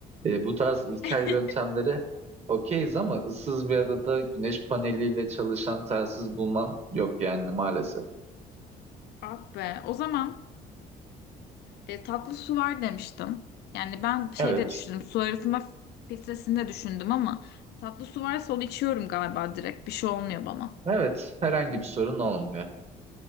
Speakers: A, on the right; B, on the left.
A: e, bu tarz ilkel
B: <laughs>
A: yöntemlere okeyiz ama ıssız bir adada güneş paneliyle çalışan telsiz bulman yok yani maalesef.
B: Ah be. O zaman e, tatlı su var demiştim. Yani ben şey
A: Evet.
B: de düşündüm. Su arıtma filtresini de düşündüm ama tatlı su varsa onu içiyorum galiba direkt. Bir şey olmuyor bana.
A: Evet, herhangi bir sorun olmuyor.